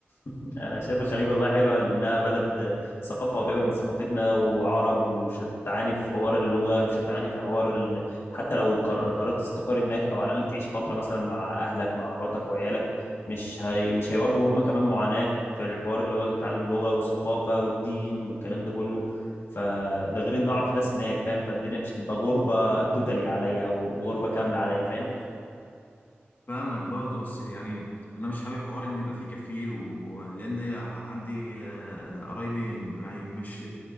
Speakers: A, on the left; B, on the left.
A: <laughs> انا شايف الخليج والله حلوه لانها بلد ثقافه قريبه من ثقافتنا وعرب ومش هتعاني في حوار اللغه مش هتعاني في حوار ال... حتى لو قر- قررت تستقر هناك او على الاقل تعيش فتره مثلا مع اهلك مع مراتك وعيالك مش هي... مش هيواجهوا هم كمان معاناه في الحوار اللي هو تعلم اللغه والثقافه والدين والكلام ده كله فده غير ان اعرف ناس هناك فاهم فالدنيا مش تبقى غربه توتالي عليا او غربه كامله عليا فاهم
B: فاهمك برضه بس يعني انا مش حابب حوار ان يبقى فيه كفيل ولان عندي آه، قرايبي يعني مش